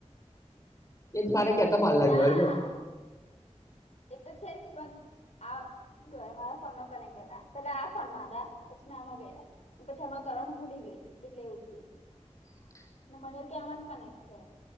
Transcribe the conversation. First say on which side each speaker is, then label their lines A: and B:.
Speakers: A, on the left; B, on the left.
A: એ મારે કેતા બાર
B: ના
A: કેરને
B: એ તો છે, જ પણ આ હું કરે મારા ફોનમાં કનેક્ટ હતા પેલા આ ફોનમાં હતા પછી મેં આમાં કર્યા. પછી આમા કરવાની ભૂલી ગઈ એટલે એવું થયું.
A: હ.
B: ને મને એવું કે આમજ કનેક્ટ છે.